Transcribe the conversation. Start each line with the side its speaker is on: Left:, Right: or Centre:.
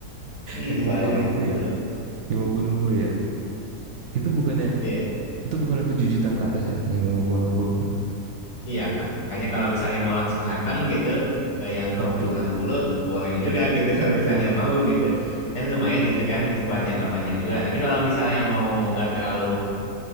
Left: Hmm,
Right: Yang lima
Left: kalau
Right: puluh
Left: yang
Right: enam
Left: lima
Right: puluh
Left: puluh,
Right: ya. lima puluh enam puluh ya. Itu bukannya
Left: Iya.
Right: Itu bukan 7 jutaan ke atas ya, yang lima puluh enam puluh tuh.
Left: Iya Kak. Makanya kalau misalnya mau langsung hantam gitu ke yang lima
Right: Waduh,
Left: puluh enam puluh, boleh juga gitu <laughs> kalau misalnya mau gitu. Kan lumayan gitu kan buat jangka panjang juga. Tapi kalau misalnya mau nggak terlalu